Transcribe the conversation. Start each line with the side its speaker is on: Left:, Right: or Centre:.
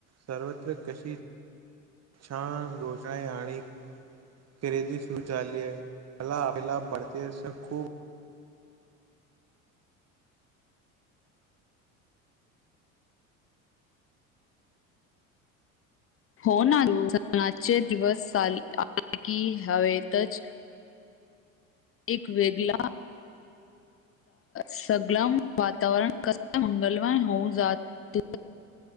Right: सर्वत्र कशी छान रोषई आणि खरेदी सुरू झाली आहे मला आपलला भारतीय सण खूप
Left: होणार <unintelligible> सणाचे दिवस चा आले की हवेतच एक वेगला सगला वातावरण कसा मंगलमय होऊन जातो